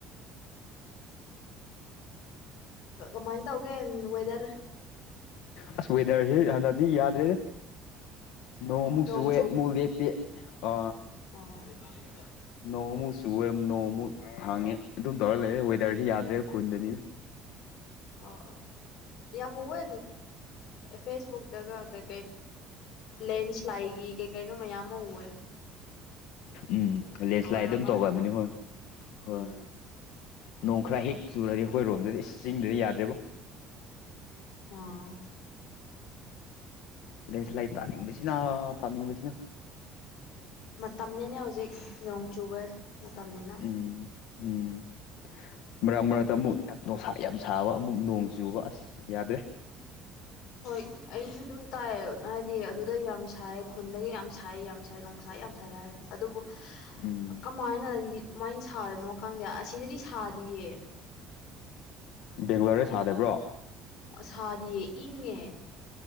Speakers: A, on the left; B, on the left.
A: ꯀꯃꯥꯏꯅ ꯇꯧꯒꯦ ꯋꯦꯗꯔ
B: ꯑꯁ ꯋꯦꯗꯔꯁꯦ ꯍꯟꯗꯛꯇꯤ ꯌꯥꯗ꯭ꯔꯦ ꯅꯣꯡꯃꯨꯛ
A: ꯅꯣꯡ
B: ꯆꯨꯑꯦ ꯑꯃꯨꯛ ꯂꯦꯞꯄꯤ ꯑ
A: ꯑꯣ
B: ꯅꯣꯡꯃꯨꯛ ꯆꯨꯋꯦ ꯅꯣꯡꯃꯨꯛ ꯍꯥꯡꯉꯦ ꯑꯗꯨꯝ ꯇꯧꯔꯒ ꯂꯩꯔꯦ ꯋꯦꯗꯔꯁꯤ ꯌꯥꯗ꯭ꯔꯦ ꯈꯨꯟꯗꯅꯤ
A: ꯑꯣ ꯑꯣ ꯌꯥꯝꯋꯦ ꯐꯦꯁꯕꯨꯛꯇꯒ ꯀꯩꯀꯩ ꯂꯦꯟꯁ꯭ꯂꯥꯏꯒꯤ ꯀꯩ ꯀꯩꯅꯣ ꯃꯌꯥꯝ ꯑꯃ ꯎꯑꯦ
B: ꯎꯝ ꯂꯦꯟꯁ꯭ꯂꯥꯏꯠ
A: ꯑꯣꯏꯔ
B: ꯑꯗꯨꯝ
A: ꯃꯥꯜꯂꯦ
B: ꯇꯧꯒꯑꯕꯅꯤ ꯍꯣꯏ ꯍꯣꯏ
A: ꯎꯝ
B: ꯅꯣꯡ ꯈꯔ ꯍꯦꯛ ꯆꯨꯔꯗꯤ ꯑꯩꯈꯣꯏ ꯔꯣꯝꯗꯗꯤ ꯏꯁ ꯆꯤꯡꯗꯗꯤ ꯌꯥꯗ꯭ꯔꯦꯕꯣ
A: ꯑꯥ
B: ꯂꯦꯟꯁꯂꯥꯏꯠ ꯇꯥꯅꯤꯡꯕꯁꯤꯅ ꯇꯥꯅꯤꯡꯕꯁꯤꯅ
A: ꯃꯇꯝꯅꯤꯅꯦ ꯍꯧꯖꯤꯛ ꯅꯣꯡ ꯆꯨꯕ ꯃꯇꯝꯅꯤꯅ
B: ꯎꯝ ꯎꯝ ꯃꯔꯛ ꯃꯔꯛꯇ ꯑꯃꯨꯛ ꯌꯥꯝ ꯅꯁꯥ ꯌꯥꯝ ꯁꯥꯕ ꯑꯃꯨꯛ ꯅꯣꯡ ꯆꯨꯕ ꯑꯁ ꯌꯥꯗ꯭ꯔꯦ
A: ꯍꯣꯏ ꯑꯩꯁꯨ ꯑꯗꯨꯝ ꯇꯥꯏ ꯍꯥꯏꯗꯤ ꯑꯗꯨꯗ ꯌꯥꯝ ꯁꯥꯏ ꯈꯨꯟꯗꯒꯤ ꯌꯥꯝ ꯁꯥꯏ ꯌꯥꯝ ꯁꯥꯏ ꯅꯨꯡꯁꯥ ꯌꯥꯝ ꯁꯥꯏ ꯍꯥꯏ ꯑꯗꯨꯕꯨ
B: ꯎꯝ
A: ꯀꯃꯥꯏꯅꯗꯤ ꯑꯗꯨꯃꯥꯏꯅ ꯁꯥꯔꯅꯣ ꯈꯪꯗꯦ ꯑꯁꯤꯗꯗꯤ ꯁꯥꯗꯤꯌꯦ
B: ꯕꯦꯡꯒ꯭ꯂꯣꯔꯗ ꯁꯥꯗꯕ꯭ꯔꯣ
A: ꯑꯁꯥꯗꯤꯌꯦ ꯏꯪꯉꯦ